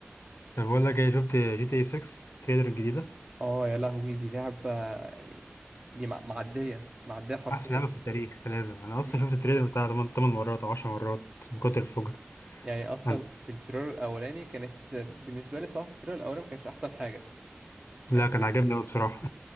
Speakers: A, on the left (about 75°); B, on the right (about 25°).
A: طب بقول لك ايه شفت جي تي اي 6 التريلر الجديدة
B: اه يا لهوي دي لعبه يعني دي مع- معديه معديه حرفيا
A: احسن لعبة في التاريخ لازم انا اصلا
B: مم.
A: شفت التريلر بتاع 8 8 مرات او 10 مرات من كتر الفجر
B: يعني اصلا
A: أنا-
B: في التريلر الاولاني كانت بالنسبه لي الصراحه في التريلر الاولاني ما كانش احسن حاجه
A: <laughs> لا
B: لكن
A: كان عاجبني قوي بصراحة